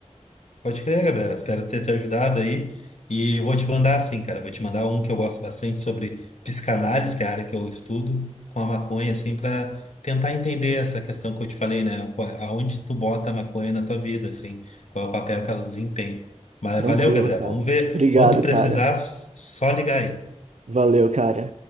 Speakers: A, on the left; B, on the right.
A: Pode crer, Gabriel. Espero ter te ajudado aí. E eu vou te mandar, assim, cara. Vou te mandar um que eu gosto bastante sobre psicanálise, que é a área que eu estudo, com a maconha, assim, para tentar entender essa questão que eu te falei, né? Qua- Aonde tu bota a maconha na tua vida, assim, qual é o papel que ela desempenha. Mas
B: Tranquilo,
A: valeu, Gabriel.
B: cara.
A: Vamos ver.
B: Obrigado,
A: Quando tu precisar,
B: cara.
A: s- só ligar aí.
B: Valeu, cara.